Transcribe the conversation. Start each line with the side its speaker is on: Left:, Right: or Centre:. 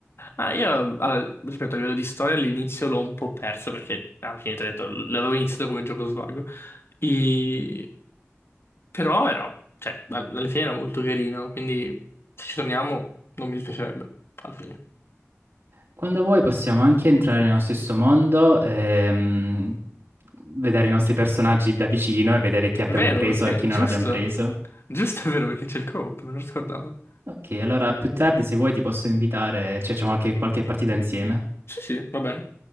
Left: Ah, io, allora, ripeto, a livello di storia all'inizio l'ho un po' perso perché alla fine ti ho detto, l'avevo iniziato come gioco svago. E- Però era, cioè, all- alla fine era molto carino, quindi se ci torniamo non mi dispiacerebbe, alla fine.
Right: Quando vuoi possiamo anche entrare nello stesso mondo, ehm, vedere i nostri personaggi da vicino e vedere chi abbiamo
Left: Vero
Right: preso
Left: perché,
Right: e chi non
Left: giusto?
Right: abbiamo preso.
Left: Giusto è vero perché c'è il co-op, me l'ho scordato.
Right: Ok, allora più tardi se vuoi ti posso invitare, ci facciamo qualche, qualche partita insieme.
Left: Sì, sì, va bene.